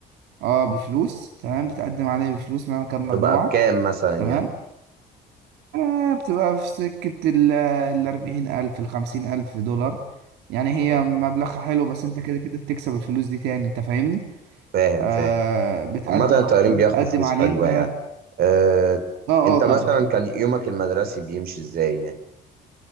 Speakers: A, on the right; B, on the right.
A: اه بفلوس تمام بتقدم عليه بفلوس مهما كان مجموعك
B: تبقى بكام مثلا يعني
A: تمام آه بتبقى في سكة الأربعين ألف الخمسين ألف دولار يعني هي
B: اه
A: مبلغ حلو بس انت كده كده بتكسب الفلوس دي تاني انت فاهمني
B: فاهم
A: آه
B: فاهم
A: بتقدم
B: عامة الطيارين
A: بتقدم
B: بياخدوا فلوس
A: عليها
B: حلوة يعني آه،
A: اه
B: انت
A: اه طبعا
B: مثلا كان يومك المدرسي بيمشي ازاي يعني